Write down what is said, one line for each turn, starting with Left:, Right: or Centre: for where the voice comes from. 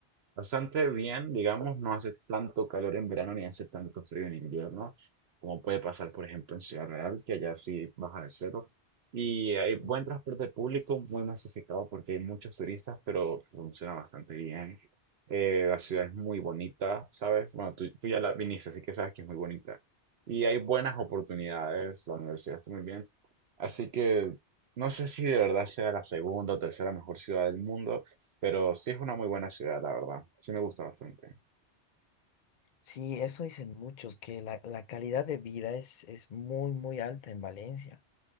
Right: Bastante bien, digamos, no hace tanto calor en verano ni hace tanto frío en invierno, como puede pasar, por ejemplo, en Ciudad Real, que allá sí baja de cero. Y hay buen
Left: Mm.
Right: transporte público, muy masificado porque hay muchos turistas, pero funciona bastante bien. Eh, la ciudad es muy bonita, ¿sabes? Bueno, tú, tú ya la viniste, así que sabes que es muy bonita. Y hay buenas oportunidades, la universidad está muy bien. Así que no sé si de verdad sea la segunda o tercera mejor ciudad del mundo, pero sí es una muy buena ciudad, la verdad. Sí me gusta bastante.
Left: Sí, eso dicen muchos, que la, la calidad de vida es, es muy, muy alta en Valencia.